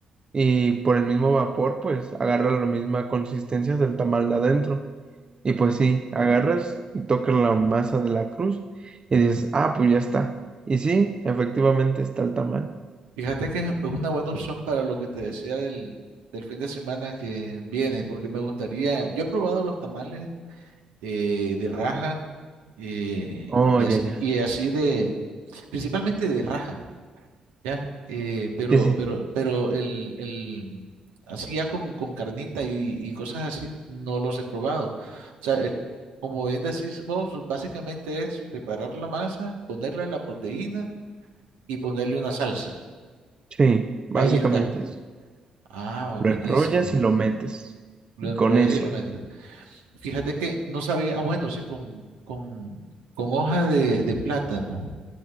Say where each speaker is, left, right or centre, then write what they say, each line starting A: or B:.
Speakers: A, on the right; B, on the right.
A: y por el mismo vapor, pues agarra la misma consistencia del tamal de adentro. Y pues sí, agarras y tocas la masa de la cruz y dices, ah, pues ya está. Y sí, efectivamente está el tamal.
B: Fíjate que es es una buena opción para lo que te decía del, del fin de semana que viene, porque me gustaría, yo he probado los tamales eh, de raja eh,
A: Oh,
B: y
A: ya,
B: así,
A: ya.
B: y así de, principalmente de raja, ¿ya? Eh, pero,
A: Sí, sí.
B: pero, pero el, el, así ya con, con carnita y, y cosas así, no los he probado. O sea, eh, como bien decís vos, básicamente es preparar la masa, ponerle la proteína y ponerle una salsa.
A: Sí, básicamente
B: Ahí está.
A: eso.
B: Ah,
A: Lo
B: buenísimo.
A: enrollas y lo metes.
B: Lo
A: Y
B: enrollas
A: con eso,
B: y lo metes. Fíjate que no sabía, ah, bueno, sí, con, con, con hoja de, de plátano.